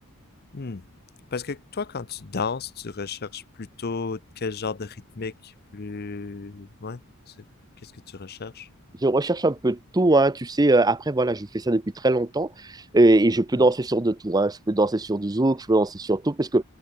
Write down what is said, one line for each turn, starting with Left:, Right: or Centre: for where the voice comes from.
Left: Hmm. Parce que toi, quand tu danses, tu recherches plutôt quel genre de rythmique, plus... Ouais, c'est- qu'est-ce que tu recherches?
Right: Je recherche un peu de tout, hein, tu sais. euh, après, voilà, je fais ça depuis très longtemps et, et je peux
Left: Hmm.
Right: danser sur de tout. hein. Je peux danser sur du zouk, je peux danser sur tout parce que,